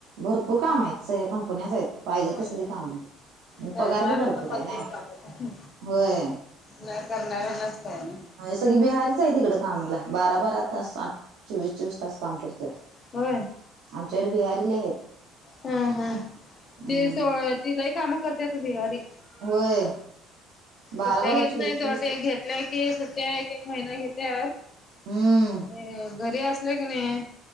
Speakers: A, on the right (about 85°); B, on the left (about 25°).
A: भरपूर काम आहेत सगळ्या कंपन्याच आहेत पाहिजे
B: होय.
A: तसली काम
B: करणाऱ्यांना
A: पगार बी भरपूर आहे ना
B: कामं
A: होय
B: नाही करणार नसत ना
A: सगळी बिहारीच आहे तिकडे कामाला बारा बारा तास आठ चोवीस चोवीस तास काम करते
B: हो
A: आमच्याकडे बियाारीले आहेत
B: हा हा
A: हम्म
B: तेी सो तिलाही काम करते त भिवारी
A: होय बारा
B: सध्या
A: बारा
B: घेत
A: चोवीस
B: नाही
A: चोवीस
B: तोट घेतल्या की सध्या एक एक महिना घेत्या
A: हम्म
B: आणि घरी असले की नाही